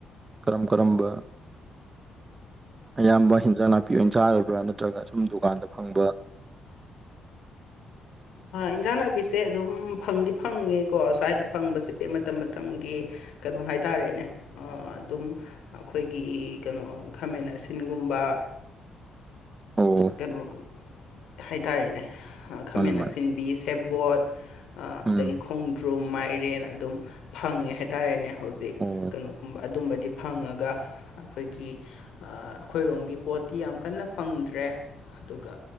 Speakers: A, on the right (about 25°); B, on the left (about 80°).
A: ꯀꯔꯝ ꯀꯔꯝꯕ ꯑꯌꯥꯝꯕ ꯍꯤꯟꯖꯥꯡ ꯅꯥꯄꯤ ꯑꯣꯏꯅ ꯆꯥꯔꯕ꯭ꯔꯥ ꯅꯠꯇ꯭ꯔꯒ ꯁꯨꯝ ꯗꯨꯀꯥꯟꯗ ꯐꯪꯕ
B: ꯏꯟꯖꯥꯡ ꯅꯥꯕꯤꯁꯦ ꯑꯗꯨꯝ ꯐꯪꯗꯤ ꯐꯪꯉꯦꯀꯣ ꯁ꯭ꯋꯥꯏꯗ ꯐꯪꯕꯁꯦ ꯃꯇꯝ ꯃꯇꯝꯒꯤ ꯀꯩꯅꯣ ꯍꯥꯏꯇꯥꯔꯦꯅꯦ ꯑꯗꯨꯝ ꯑꯩꯈꯣꯏꯒꯤ ꯀꯩꯅꯣ ꯈꯥꯃꯦꯟ ꯑꯁꯤꯟꯒꯨꯝꯕ
A: ꯑꯣ
B: ꯀꯩꯅꯣ ꯍꯥꯏꯇꯥꯔꯦꯅꯦ ꯈꯥꯃꯦꯟ
A: ꯃꯥꯅꯤ
B: ꯑꯁꯤ
A: ꯃꯥꯅꯤ
B: ꯑꯁꯤꯟꯕꯤ ꯁꯦꯕꯣꯠ
A: ꯎꯝ
B: ꯑꯗꯒꯤ ꯈꯣꯡꯗ꯭ꯔꯨꯝ ꯃꯥꯏꯔꯦꯟ ꯑꯗꯨꯝ ꯐꯪꯉꯦ ꯍꯥꯏꯇꯥꯔꯦꯅꯦ ꯍꯧꯖꯤꯛ
A: ꯑꯣ
B: ꯀꯩꯅꯣꯒꯨꯝꯕ ꯑꯗꯨꯝꯕꯗꯤ ꯐꯪꯉꯒ ꯑꯩꯈꯣꯏꯒꯤ ꯑꯩꯈꯣꯏꯔꯣꯝꯒꯤ ꯄꯣꯠꯇꯤ ꯌꯥꯝ ꯀꯟꯅ ꯐꯪꯗ꯭ꯔꯦ ꯑꯗꯨꯒ